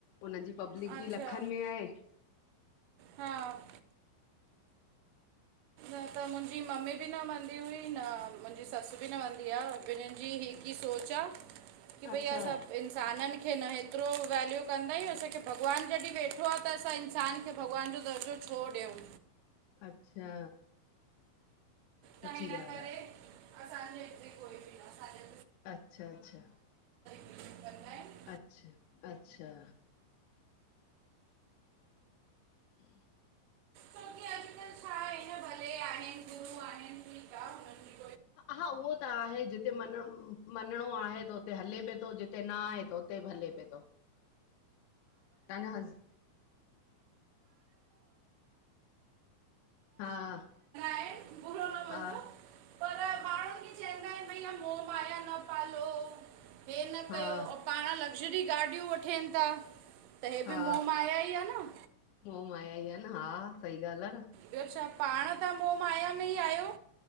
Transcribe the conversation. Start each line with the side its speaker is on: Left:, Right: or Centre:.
Left: उननि जी पब्लिक
Right: अच्छा
Left: बि लखनि में आहे।
Right: हा न त मुंहिंजी मम्मी बि न मनंदी हुई न मुंहिंजी ससु बि न मनंदी आ। ॿिन्हिन जी हि इ सोचां की
Left: अच्छा
Right: भई असां इंसाननि खे न हेतरो वैल्यू कंदा आहियूं। असांखे भॻवानु जॾहिं वेठो आ त असां इन्सानु खे भॻवानु जो दर्जो छो ॾियऊं?
Left: अच्छा।
Right: त
Left: सुठी
Right: हिनि
Left: ॻाल्हि
Right: करे
Left: आ
Right: असांजे हिते कोई भी न असांजे
Left: अच्छा- अच्छा।
Right: कंदा एनि।
Left: अच्छा- अच्छा <inaudible>
Right: छोकी अॼुकल्ह छा आहे न, भले आहिनि गुरू आहिनि, ठीकु आ। हुनन्जी
Left: हा उहो त आहे, जिते मञ मञंणो आहे त ते हले पियो तो, जिते न आहे त उते बि हले पियो तो, तव्हांजा हस हा।
Right: आहिनि, बुरो न मञिजो
Left: हा।
Right: पर माण्हुनि खे चवंदा आहिनि, भईया मोह- माया न पालो। हे न
Left: हा
Right: पाणु लग्ज़री गाॾियूं वठेनि ता, त हे
Left: हा
Right: बि मोह- माया ई आ न?
Left: मोह- माया ई आ न, हा सही ॻाल्हि आ न?
Right: ॿियो छा, पाणु त मोह- माया में ई आहियो।